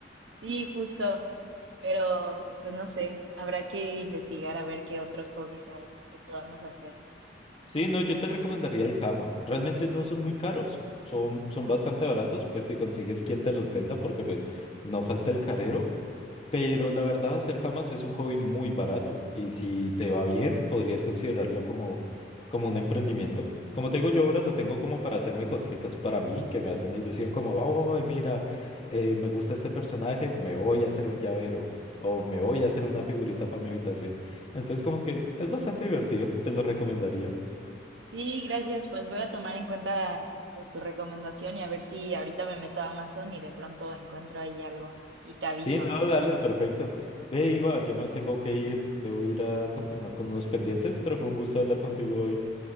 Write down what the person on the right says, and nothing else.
Sí, justo, pero pues no sé, habrá que investigar a ver qué otros hobbies hay que podamos hacer.
Sí, gracias. Pues voy a tomar en cuenta pues tu recomendación y a ver si ahorita me meto a Amazon y de pronto encuentro ahí algo y te aviso.